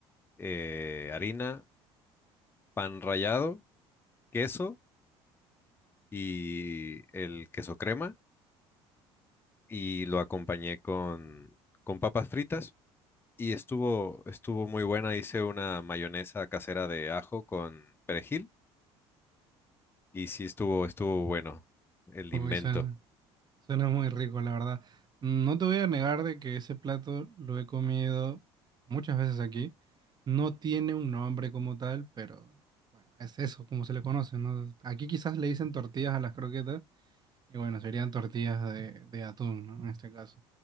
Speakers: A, on the left; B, on the right.
A: eh, harina, pan rallado, queso y el queso crema y lo acompañé con, con papas fritas y estuvo, estuvo muy buena. Hice una mayonesa casera de ajo con perejil y sí estuvo, estuvo bueno el
B: Uy,
A: invento.
B: suena, suena muy rico, la verdad. Mm, No te voy a negar de que ese plato lo he comido muchas veces aquí. No tiene un nombre como tal, pero bueno, es eso, como se le conoce, ¿no? Aquí quizás le dicen tortillas a las croquetas. Y bueno, serían tortillas de, de atún, ¿no? En este caso.